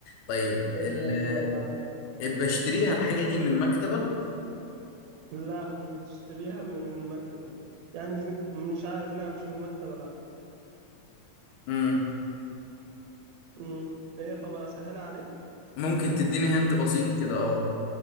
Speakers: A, on the left (about 75°); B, on the right (about 85°).
A: طيب ال...
B: يلا يا عم أنا معاك
A: بشتريها الحاجه دي من مكتبه
B: لا مش بتشتريها من المكتبة يعني في مش عارف لا مش من المكتبة لا
A: مم.
B: امم ايه طب اسهلها عليك
A: ممكن تديني هنت بسيط كده اه